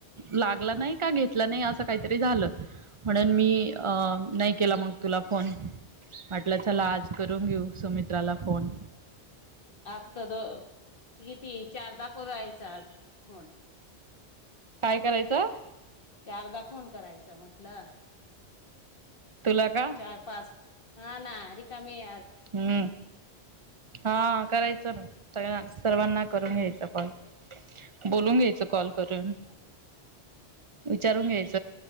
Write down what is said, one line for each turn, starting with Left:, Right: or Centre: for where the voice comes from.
Right: लागला नाही का घेत नाही असं काहीतरी झालं म्हणून मी नाही केला मग तुला फोन म्हटलं चला आज करून घेऊ सुमित्राला फोन
Left: आता द किती चारदा करु रायचा आज फोन
Right: काय करायचं?
Left: चारदा फोन करायचं म्हटलं.
Right: तुला का
Left: चार पाच हा ना रिकामी आहे आज
Right: हम्म हा करायचं ना सग सर्वांना करून घ्यायचं पण बोलून घ्यायचं कॉल करून विचारून घ्यायच.